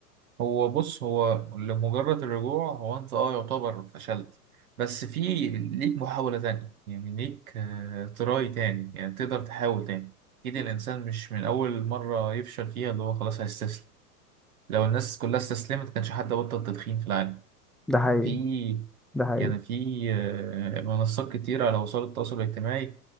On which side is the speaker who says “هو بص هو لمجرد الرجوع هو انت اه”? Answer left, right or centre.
Right